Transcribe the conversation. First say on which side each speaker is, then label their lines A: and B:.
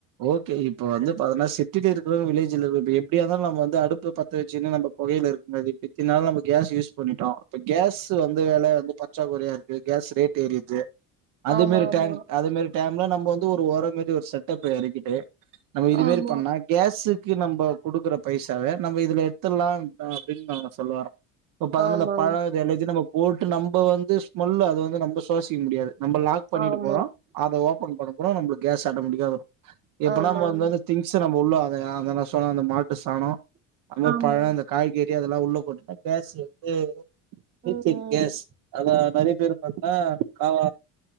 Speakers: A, on the right; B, on the right.
A: ஓகே இப்ப வந்து பாத்தீன்னா சிட்டில இருக்கிறவங்க வில்லேஜ்ல இருக்க இப்ப எப்டியா இருந்தாலு நம்ம வந்து அடுப்பு பத்த வச்சுன்னா நம்ப பொகையில இருக்குனது இப்ப இத்தினி நாளு நம்ம கேஸ் யூஸ் பண்ணிட்டோ இப்ப கேஸ் வந்து வெல வந்து பற்றாக்குறையா இருக்கு கேஸ் ரேட் ஏறிட்து ந்த
B: ஆமா
A: மாரி
B: ஆமா
A: டேம் அது மாரி டேம்ல நம்ப வந்து ஒரு ஒரோ மாரி ஒரு செட்டப் எறக்கிட்டு நம்ம இதுமாரி
B: ஆமா
A: பண்ணா கேஸுக்கு நம்ப குடுக்குற பைசாவே நம்ப இதுல எடுத்துட்லா அப்டின்னு நம்ம சொல்ல வரோ இப்ப பாத்தோன்னா
B: ஆமா
A: அந்த பழோ இது எல்லாத்தையு நம்ம போட்டு நம்ப வந்து ஸ்மெல்லு அத வந்து நம்ம சுவாசிக்க முடியாது நம்ப லாக் பண்ணிட்டு
B: ஆமா
A: போறோ
B: ஆமா
A: அத ஓப்பன் பண்ண போறோ நம்பளுக்கு கேஸ் ஆட்டோமேட்டிக்கா வரு எப்பன்னா
B: ஆமா
A: நம்ம வந்து
B: ஆமா
A: அது திங்ஸு நம்ம உள்ள அத அத நா சொன்ன அந்த மாட்டு சாணோ அதுமா
B: ஆமா
A: பழோ அந்த காய்கறி டர்டி அதெல்லா உள்ள போட்டுட்டா கேஸ் வந்து ஃப்யூச்சர்
B: ம் ம்
A: கேஸ் அதா நெறைய பேர் பாத்தீன்னா காவ